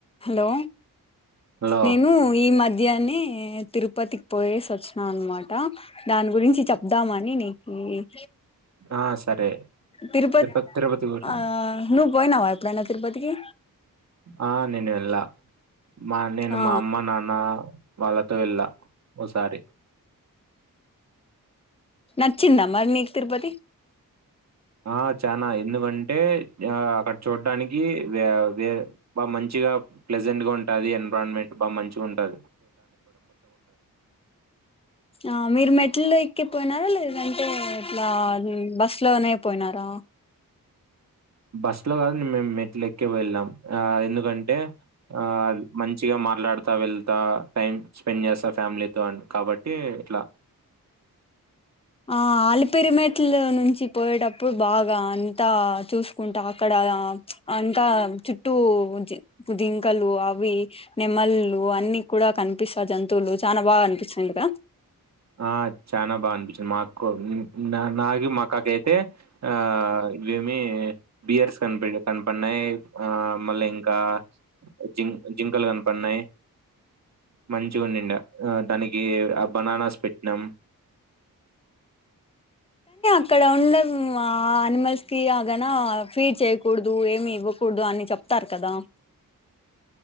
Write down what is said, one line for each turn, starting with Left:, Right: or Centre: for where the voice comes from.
Left: హలో
Right: లో
Left: నేను ఈ మధ్ విద్యానే తిరుపతికి పోయేసి ఒచ్చిన అనమాట దాని గురించి చెప్దామని నీ నీకు
Right: ఆ సరే
Left: తిరుపతి
Right: ఇప్పు తిరుపతి పూరు
Left: ఆ నువ్వు పోయినావా ఎప్పుడనా తిరుపతికి
Right: ఆ నేను వెళ్ళా మా నేను
Left: ఆ
Right: మా అమ్మ నాన్న వాళ్ళతో ఎళ్ళా ఓసారి
Left: నచ్చింద మరి నీకు తిరుపతి
Right: ఆ చనా ఎందుకంటే ఆ అక్కడ చూడ్డానికి వె వె బాగా మంచిగా ప్లెజెంట్ గా ఉంటది ఎన్విరాన్మెంట్ బా మంచిగుంటది
Left: ఆ మీరు మెట్ల్ ఎకి పోయినారా లేదంటే ఎట్లా ఆ బస్ లోనే పోయినారా
Right: బస్సులో గాదు మే మేం మెట్ల ఎక్కె వెళ్ళాం ఆ ఎందుకంటే ఆ మంచిగా మాట్లాడుతా వెళ్తా టైం స్పెండ్ జేస్తా ఫ్యామిలీతో అని కాబట్టి ఇట్ల
Left: ఆ ఆలిపిరిమెట్ల నుంచి పోయేటప్పుడు ఇప్పుడు బాగా అంతా చూసుకుంట అక్కడ అంత చుట్టూ జిం జింకలు అవి నెమళ్లు అన్ని కూడా కనిపిస్తా జంతువులు చానా బాగా అనిపిచినయ్ క
Right: ఆ చనా బాగా అనిపించింది మాకు నాకి మా కాకి అయితే ఆ వేం మీ బీర్స్ కనిపియ్ కన్పడ్నాయ్ ఆ మళ్ళీ ఇంకా జిం జింకలు కనపడ్నాయ్ మంచిగుండిందా ఏ <unintelligible> పెట్నం
Left: ఇక్కడ ఉన్న అ మల్స్ కి ఆగన ఫీడ్ చేయ్యకూడదు ఏమి ఇవ్వకూడదు అని చెప్తారు కదా